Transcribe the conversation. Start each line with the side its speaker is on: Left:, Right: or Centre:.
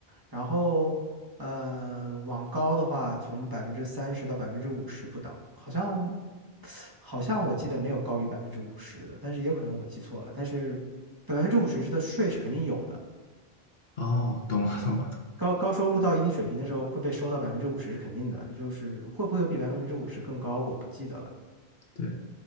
Right: 然后，嗯，往高的话，从百分之三十到百分之五十不等，好像好像我记得没有高于百分之五十的，但是也有可能我记错了，但是百分之五十的税是肯定有的。
Left: 哦，懂了，懂了。
Right: 高高收入到一定水平的时候会被收到百分之五十是肯定的，就是会不会有比百分之五十更高，我不记得了。
Left: 对，